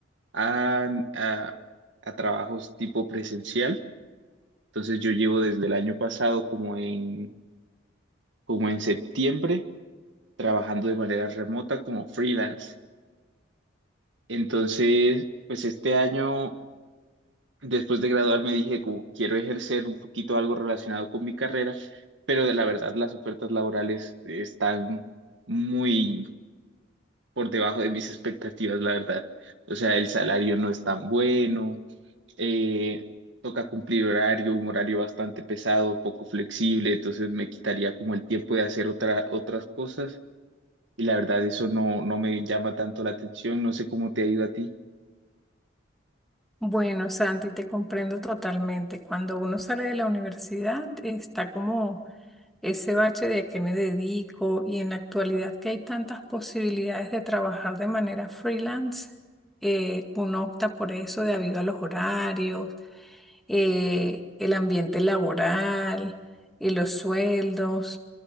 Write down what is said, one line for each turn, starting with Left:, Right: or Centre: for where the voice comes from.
Right: a, a, a trabajos tipo presencial. Entonces yo llevo desde el año pasado como en, como en septiembre trabajando de manera remota como freelance. Entonces, pues este año, después de graduarme, dije, "Cu- quiero ejercer un poquito algo relacionado con mi carrera, pero de la verdad las ofertas laborales están muy por debajo de mis expectativas, la verdad. O sea, el salario no es tan bueno, eh, toca cumplir horario, un horario bastante pesado, poco flexible, entonces me quitaría como el tiempo de hacer otra, otras cosas. Y la verdad, eso no, no me llama tanto la atención. No sé cómo te ha ido a ti.
Centre: Bueno, Santi, te comprendo totalmente. Cuando uno sale de la universidad está como ese bache de a qué me dedico y en la actualidad que hay tantas posibilidades de trabajar de manera freelance, eh, uno opta por eso debido a los horarios, eh, el ambiente laboral y los sueldos.